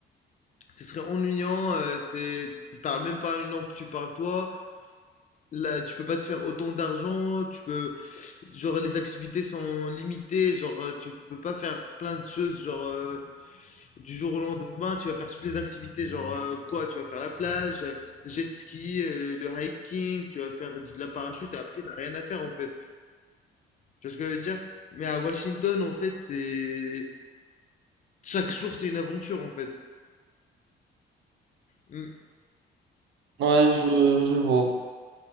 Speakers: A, on the left; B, on the right.
A: Ce serait ennuyant. euh, c'est, ils parlent même pas une langue que tu parles toi. Là, tu peux pas te faire autant d'argent. Tu peux, genre, les activités sont limitées. Genre, euh, tu peux pas faire plein de choses. Genre, euh, du jour au lendemain, tu vas faire toutes les activités. Genre, euh, quoi? Tu vas faire la plage, euh, le jet ski, euh, le hiking. Tu vas faire du- de la parachute. et Après, t'as rien à faire en fait. Tu vois ce que je veux dire? Mais à Washington, en fait, c'est chaque jour, c'est une aventure, en fait. Mm.
B: ouais, je, je vois,